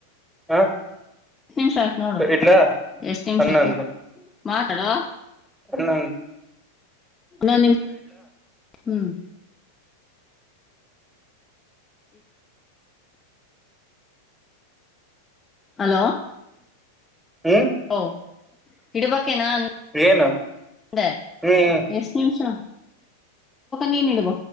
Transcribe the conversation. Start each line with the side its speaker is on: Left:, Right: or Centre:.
Centre: ಹ
Left: ಎಷ್ಟ್ ನಿಮಿಷ ಆಯ್ತು ನೋಡು
Centre: ಇಡ್ಲಾ
Left: ಎಷ್ಟ ನಿಮಿಷ
Centre: ಹನ್ನೊಂದು
Left: ಆಯ್ತು ಮಾತಾಡುವ
Centre: ಹ್ಮ್
Left: ಅಲ್ಲ ನಿಮ್ ಹ್ಮ್ ಹಲೋ
Centre: ಹ್ಮ್
Left: ಹೌ ಇಡಬ ೆ ನಾಂದ
Centre: ಏನು ಹ್ಮ್
Left: ಎಷ್ಟು ನಿಮಿಷ ನೀನ ಇಡುಬ